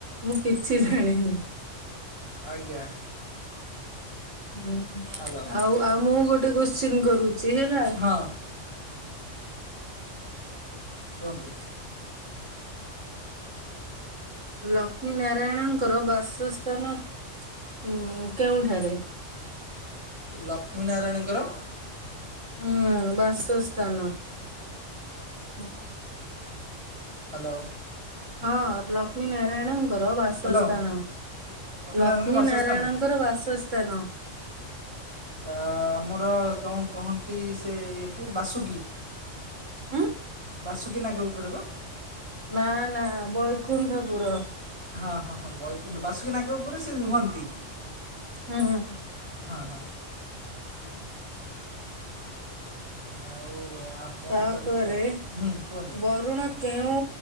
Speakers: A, on the right (about 80°); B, on the right (about 20°).
A: ମୁଁ କିଛି ଜାଣିନି ହ
B: ଆଜ୍ଞା
A: ହୁଁ
B: ହ୍ୟାଲୋ
A: ଆଉ ଆଉ ମୁଁ ଗୋଟେ ଗୋଟେ କ୍ୱେଷଚନ କରୁ ସି ହେ ନା
B: ହଁ କୁହନ୍ତୁ
A: ଲକ୍ଷ୍ମୀ ନାରାୟଣଙ୍କର ବାସସ୍ଥାନ ଉ କେଉଁଠାରେ?
B: ଲକ୍ଷ୍ମୀନାରାୟଣଙ୍କର
A: ହୁଁ ବାସ୍ ବାସସ୍ଥାନ ହୁଁ
B: ହ୍ୟାଲୋ
A: ହଁ ଲକ୍ଷ୍ମୀନାରାୟଣ ର ବାସସ୍ଥାନ
B: ହ୍ୟାଲୋ
A: ଲକ୍ଷ୍ମୀ
B: ନାରାୟଣଙ୍କ ବାସସ୍ଥାନ
A: ନାରାୟଣଙ୍କର ବାସ ଉତନ
B: ଆମର କଣ କହନ୍ତି ସେ ଇଏକୁ ବାସୁଗୀ
A: ଉଁ
B: ବାସୁକୀ ନାଗ ଉପରେ ବା
A: ନା ନା ବୈକୁଣ୍ଠ ପୁର
B: ହଁ ହଁ ହଁ ବୈକୁଣ୍ଠ ବାସୁକୀ ନାଗ ଉପରେ ସେ ରୁହନ୍ତି
A: ହୁଁ ହୁଁ
B: ହଁ ହଁ ଆଉ ଆପଣ
A: ତାପରେ
B: ତାହେଲେ କ ହୁଁ କୁହନ୍ତୁ
A: ବରୁଣ କେଉଁ